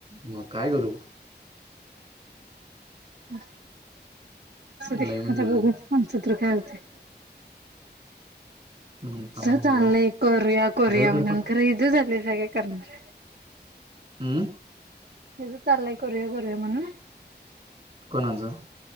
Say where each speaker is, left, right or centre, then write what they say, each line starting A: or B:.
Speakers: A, on the right; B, on the right.
A: मग काय गुरु
B: म ते
A: लय म्हणजे
B: आता
A: लय
B: बघू म्हणसत काय होते
A: म्हणताना
B: चाललंय
A: म्हणलं
B: कोरिया कोरिया
A: हळेकर
B: म्हणून
A: पण
B: खर इज चालंय सगळे करणार
A: हम्म
B: हे तर चालय करया करया म्हण
A: कोणाचं